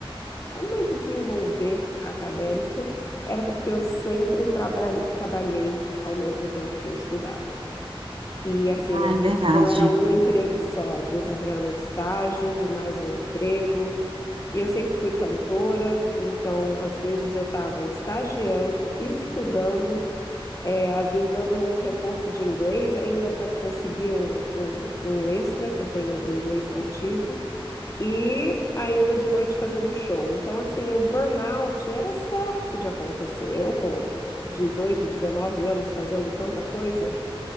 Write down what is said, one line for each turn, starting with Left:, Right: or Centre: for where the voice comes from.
Left: o meu desenvolver acadêmico era porque eu sempre trabra- trabalhei ao mesmo tempo que eu estudava. E assim,
Right: Ah,
Left: às
Right: é verdade.
Left: vezes não era um emprego só, às vezes era um estágio e mais um emprego. E eu sempre fui cantora, então às vezes eu estava estagiando, estudando, eh, às vezes dando um reforço de inglês ainda para conseguir um, um, um extra, que eu tenho inglês nativo, e ainda de noite fazendo show. Então, assim, o burnout era certo de acontecer. Eu com 18, 19 anos fazendo tanta coisa.